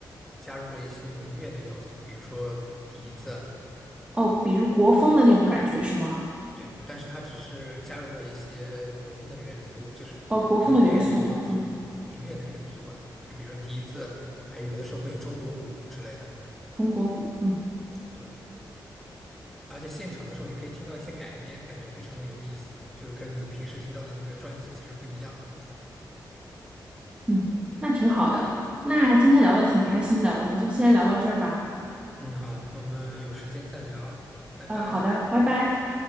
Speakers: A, in the centre; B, on the right.
A: 加入了一些民乐的要素，比如说笛子，
B: 哦，比如国风的那种感觉是吗？
A: 对，但是他只是加入了一些国风的元素，就是民乐的元素，
B: 哦，国风的元素，嗯，
A: 民乐的元素吧，就比如说笛子，还有的时候会有中国鼓之类的，
B: 中国鼓，嗯
A: 对。而且现场的时候，你可以听到一些改编，感觉非常的有意思，就是跟你平时听到的那个专辑其实不一样。
B: 嗯，那挺好的。那今天聊的挺开心的，我们就先聊到这儿吧。
A: 嗯，好，那我们有时间再聊，拜拜。
B: 呃，好的，拜拜。